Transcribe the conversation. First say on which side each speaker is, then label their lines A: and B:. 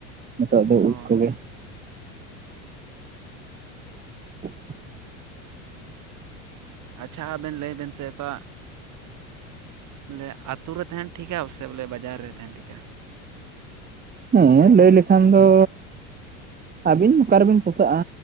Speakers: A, on the right; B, on the right.
A: ᱱᱤᱛᱚᱜ ᱫᱚ
B: ᱦᱳᱭ
A: ᱩᱫ ᱠᱚᱜᱮ <inaudible>
B: ᱟᱪᱪᱷᱟ ᱟᱵᱮᱱ ᱞᱟᱹᱭ ᱵᱮᱱ ᱥᱮ ᱚᱠᱟ ᱵᱚᱞᱮ ᱟᱛᱩ ᱨᱮ ᱛᱟᱦᱮᱱ ᱴᱷᱤᱠᱟ ᱥᱮ ᱵᱚᱞᱮ ᱵᱟᱡᱟᱨ ᱨᱮ ᱛᱟᱦᱮᱱ ᱴᱷᱤᱠᱟ?
A: ᱦᱮᱸ ᱞᱟᱹᱭ ᱞᱮᱠᱷᱟᱱ ᱫᱚ ᱟᱹᱵᱤᱱ ᱚᱠᱟ ᱨᱮᱵᱤᱱ ᱯᱳᱥᱟᱜᱼᱟ